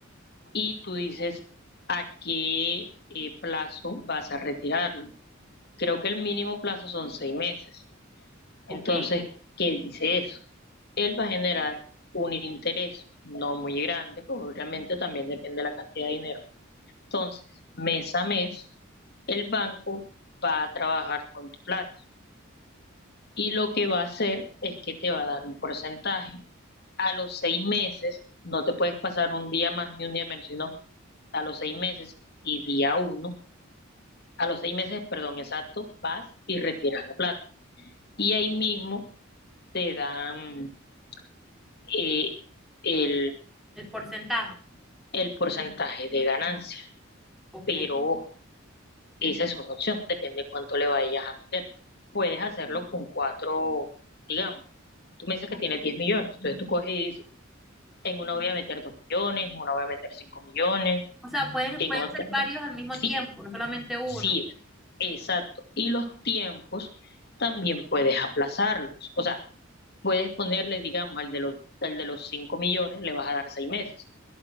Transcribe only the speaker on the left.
y tú dices a qué eh, plazo vas a retirarlo. Creo que el mínimo plazo son seis meses.
Entonces, ¿qué dice eso? Él va a generar un interés no muy grande, pues obviamente también depende de la cantidad de dinero. Entonces, mes a mes, el banco va a trabajar con tu plata y lo que va a hacer es que te va a dar un porcentaje. A los seis meses, no te puedes pasar un día más ni un día menos, sino a los seis meses y día uno, a los seis meses, perdón, exacto, vas y retiras la plata. Y ahí mismo te dan eh, el,
el porcentaje de ganancia.
Pero ojo, esa es una opción, depende cuánto le vayas a meter. Puedes hacerlo con cuatro, digamos. Tú me dices que tienes 10 millones, entonces tú coges y dices, en una voy a meter 2 millones, en una voy a meter 5 millones,
en
otra.
Sí,
sí es. Exacto. Y los tiempos también puedes aplazarlos. O sea, puedes ponerle, digamos, al de los, al de los 5 millones, le vas a dar 6 meses